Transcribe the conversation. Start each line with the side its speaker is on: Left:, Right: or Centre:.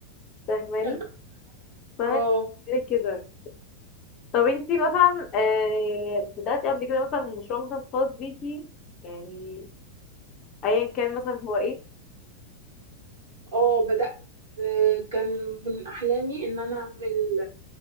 Left: فاهماني
Right: <laughs>
Left: فانا
Right: اه
Left: كده كده. طب انتي مثلا آه، بدأتي قبل كده مثلا مشروع مثلا خاص بيكي يعني ايا كان مثلا هو ايه
Right: اه بدأت آه، كان من أحلامي إن أنا أعمل